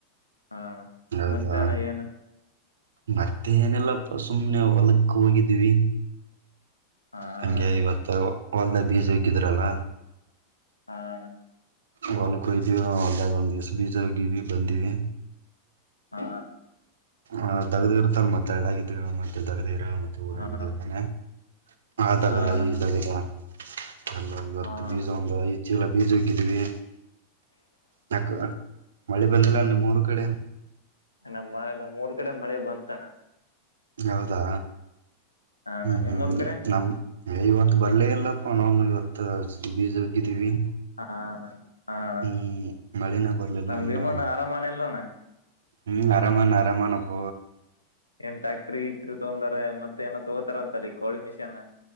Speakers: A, on the left; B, on the right.
A: ಹಾ ಅಣ್ಣ
B: ಹೌದಾ
A: ಮತ್ತೆ ಅಣ್ಣ ಏನು
B: ಮತ್ತೆ ಏನೆಲ್ಲ ಸುಮ್ನೆ ಹೊಲಕ್ಕ ಹೋಗಿದೀವಿ
A: ಹಾ
B: ಹಂಗೆ
A: ಅಣ್ಣ
B: ಇವತ್ತು ಹೊಲ್ದ ಬೀಜ ಹಕ್ಕಿದ್ರಲ್ಲ
A: ಹಣ
B: ವಲ್ ಕುಯ್ದೀವಿ ಹೊಲ್ದಾಗ ಒಂದುಸ್ ಬೀಜೋಗಿವ ಬಂದಿವವಿ
A: ಹಾ
B: ಆ್ ದಗ್ದಿ ಇರ್ತಲ್ ಮತ್ತೆಳ್ಳಗಗ್ದ ಮತ್ತೆ ಊರಾಗತಾನೆ
A: ಹಾ
B: ಆ ದಗದ
A: ಹಾ ಅಣ್ಣ
B: ಈ ದಗದ ಎಲ್ಲ ಬತ್ತು
A: ಹಾ
B: ಪಿಜ
A: ಅಣ್ಣ
B: ಆ ಜಲ್ಲಾಗ ಪಿಜೋೋಗಿದ್ದಿದೆ ನ ಮಳಿ ಬಂದಿಲ್ಲನ್ನ ಮೂರು ಕಡೆ
A: ನಮ್ಮ ನಮ್ಮ ಊರ್ ಕಡೆ ಮಳೆ ಬಂತಾನ
B: ಹೌದಾ
A: ಹಾ ಅಣ್ಣ
B: ಹ್ಮ್ ಹ್ಮ್
A: ನಿಮ್ಮೂರ್ ಕಡೆ
B: ನಮ ಇವತ್ತು ಬರ್ಲ ಇಲ್ಲಪ್ಪ ನನು ಇವತ್ತು ಬಜೌಕಿದ್ದಿವವಿ
A: ಹಾ ಅಣ್ಣ ಹಾ ಅಣ್ಣ
B: ಹ್ಮ್ ಮಳಿನ ಬರಲಲ್ಲನ್ನ
A: ನಮ್ ಭೀಮಣ್ಣ ಆರಾಮಣ ಇಲ್ಲಣ್ಣ
B: ಹ್ಮ್ ಆರಾಮ ಅರಮನಪ
A: ಏನ್ ಟ್ಯಾಕ್ಟ್ರಿ ಇಕ್ಟ್ರಿ ತಗಂದಾರ ಮತ್ತ ಏನೋ ತೊಗೋತಾರ ಅಂತಲ್ಲಿ ಕೋಳಿ ಮಿಷಿನ್